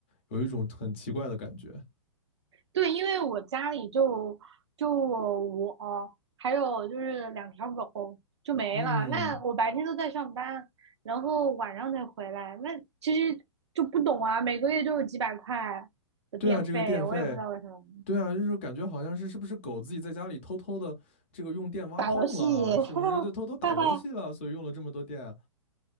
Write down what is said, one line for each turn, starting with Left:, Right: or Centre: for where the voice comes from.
Left: 有一种很奇怪的感觉，
Right: 对，因为我家里就就我还有就是两条狗就没了，
Left: 嗯。
Right: 那我白天都在上班，然后晚上才回来，那其实就不懂啊，每个月就有几百块的电费，
Left: 对啊，这个电费，
Right: 我也不知道为什么。
Left: 对啊，就是感觉好像是是不是狗自己在家里偷偷的这个用电挖矿了，
Right: 打游戏，<laughs>
Left: 是不是就偷偷打游戏了，
Right: 哈哈哈。
Left: 所以用了这么多电，